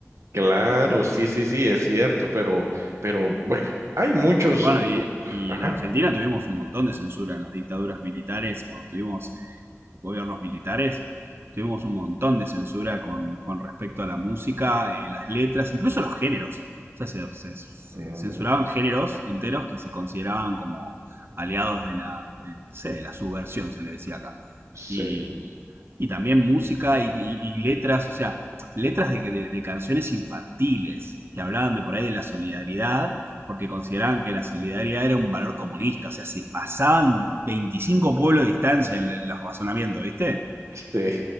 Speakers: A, on the right; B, on the right.
A: Claro, sí, sí, sí, es cierto, pero, pero bueno, hay muchos.
B: Bueno, y, y
A: Ajá.
B: en Argentina tuvimos un montón de censura en las dictaduras militares, cuando tuvimos eh, gobiernos militares, tuvimos un montón de censura con, con respecto a la música, eh, las letras, incluso los géneros. O sea, se, se- se
A: Mm,
B: censuraban géneros enteros que se consideraban como aliados de la, de, no sé, de la subversión, se le decía acá.
A: Sí.
B: Y, y también música y, y- y letras, o sea, letras de, de de canciones infantiles que hablaban de por ahí de la solidaridad porque consideraban que la solidaridad era un valor comunista, o sea, se pasaban 25 pueblos de distancia en, en los razonamientos, ¿viste?
A: Sí,